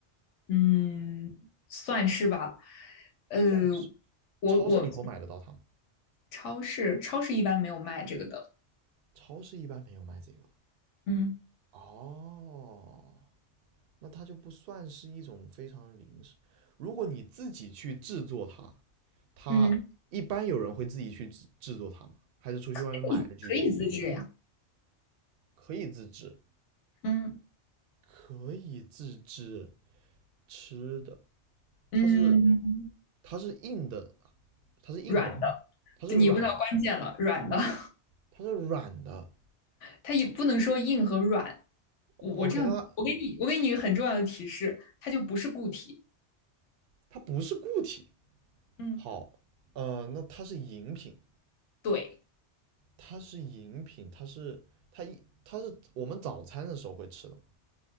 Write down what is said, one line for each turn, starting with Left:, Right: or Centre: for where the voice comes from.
Left: 嗯算是吧，呃，
Right: 算是。
Left: 我我
Right: 超市里头买得到它吗？
Left: 超市超市一般没有卖这个的，
Right: 超市一般没有卖这个。
Left: 嗯
Right: 哦，那它就不算是一种非常零食。如果你自己去制作它，它一般有人会自己去制制作它吗？
Left: 嗯，
Right: 还是出去外面买的居多？
Left: 可以可以自制呀。
Right: 可以自制。
Left: 嗯
Right: 可以自制吃的，
Left: 嗯，
Right: 它是它是硬的，它是硬的，
Left: 软的，
Right: 它是软，
Left: 你问到关键了，软的，<laughs>
Right: 它是软的。
Left: 它也不能说硬和软。我我这样，
Right: OK，那它
Left: 我给你，我给你一个很重要的提示，它就不是固体。
Right: 它不是固体。
Left: 嗯，
Right: 好，呃，那它是饮品，
Left: 对，
Right: 它是饮品，它是它一它是我们早餐的时候会吃的吗？